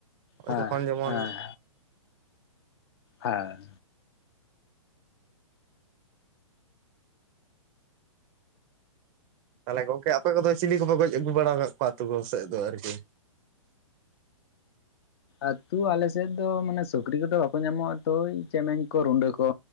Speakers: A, on the right (about 30°); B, on the left (about 50°).
A: ᱳᱭ
B: ᱦᱮᱸ
A: ᱡᱚᱠᱷᱚᱱ ᱡᱮᱢᱚᱱ᱾
B: ᱦᱮᱸ ᱦᱮᱸ
A: ᱛᱟᱞᱦᱮ ᱜᱚᱝᱠᱮ ᱟᱯᱮ ᱠᱚᱫᱚ ᱪᱤᱞᱤ ᱠᱚᱯᱮ ᱜᱚᱡ ᱟᱹᱜᱩ ᱵᱟᱲᱟ ᱠᱟᱫ ᱠᱚᱣᱟ ᱟᱹᱛᱩ ᱠᱚ ᱥᱮᱫ ᱫᱚ ᱟᱨᱠᱤ?
B: ᱟᱹᱛᱩ ᱟᱞᱮ ᱥᱮᱫ ᱫᱚ ᱢᱟᱱᱮ ᱥᱩᱠᱨᱤ ᱠᱚᱫᱚ ᱵᱟᱠᱚ ᱧᱟᱢᱚᱜᱼᱟ ᱛᱚ ᱳᱭ ᱪᱮᱢᱮᱧ ᱠᱚ ᱨᱩᱸᱰᱟᱹ ᱠᱚ᱾